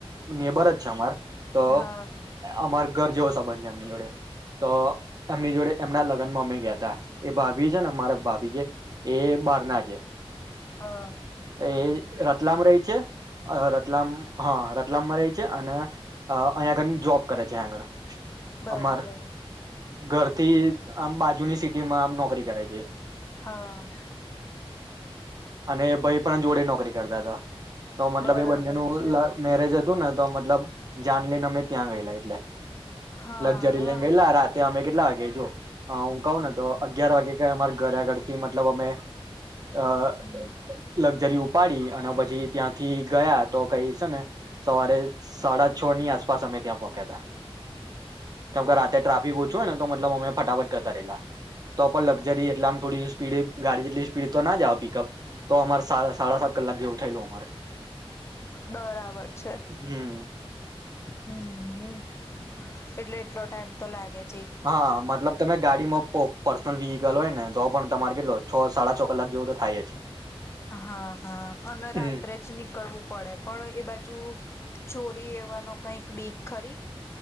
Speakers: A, on the right; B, on the left.
A: નેબર જ છે અમાર તો
B: હા
A: અમાર ઘર જેવો સબધ. ન્યાં મિલડે. તો એમની જોડે એમના લ લગ્ન માં અમે ગયા તા. એ ભાભી છે ને અમારા ભાભી જે એ બારના છે.
B: હા.
A: એ રતલામ રે છે, અહ રતલામ હા, રતલામ રતલામમા રે છે અને અહ અહીંયા કને આગળ જોબ કરે છે, અહીયા આગળ
B: બરાબર.
A: અમાર ઘરથી આમ બાજુની સિટીમાં આમ નોકરી કરે છે.
B: હા.
A: અને ભઈ પણ જોડે નોકરી કરતા હતા. તો મતલબ
B: બરાબર
A: એ બંને નું
B: છે
A: લવ મેરેજ હતું ને તો મતલબ જાન લઈને, અમે ત્યાં ગયેલા એટલે
B: હા
A: લક્ઝરી લઈને ગયેલા, રાતે અમે કેટલા વાગ્યા જો અહ હું કવને તો અગિયાર વાગે ક અમારા ઘરે આગળથી મતલબ અમે અહ
B: હમ્મ.
A: લક્ઝરી ઉપાડી અને પછી ત્યાંથી ગયા, તો કઈ છે ને સવારે સાડા છ ની આસપાસ અમે ત્યાં પોહોક્યા તા. કેમકે રાતે ટ્રાફિક ઓ છુ હોઈને તો મતલબ અમે ફટાફટ કરતા રેલા, તો પણ લક્ઝરી એટલે આમ થોડી સ્પીડ ગાડી જેટલી સ્પીડ તો ના જ આવે પિકઅપ તો અમારે સાડા સાડા સાત કલાક જેવું થયેલું, અમારે
B: બરાબર છે,
A: હમ
B: હમ્મ એટલે એટલો ટાઈમ તો લાગેજ.
A: હા મતલબ તમે ગાડીમાં પોપ પર્સનલ વિહકલ હોય ને તો પણ તમારે કેટલો છ સાડા છ કલાક જેવું તો થાય જ
B: હા હા અને
A: હમ
B: રાત્રે જ નીકળવું પડે પણ એ બાજુ ચોરી એવાનો કઈક બીક ખરી